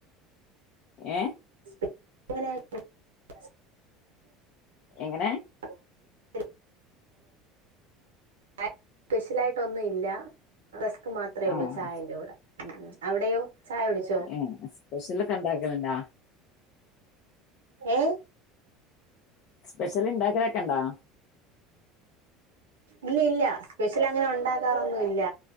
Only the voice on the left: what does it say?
ഏഹ്
എങ്ങനെ
ആഹ്
ഉം സ്പെഷ്യലൊക്കെ ഇണ്ടാക്കൽ ഉണ്ടോ
സ്പെഷ്യൽ ഇണ്ടാക്കൽ ഒക്കെ ഇണ്ടോ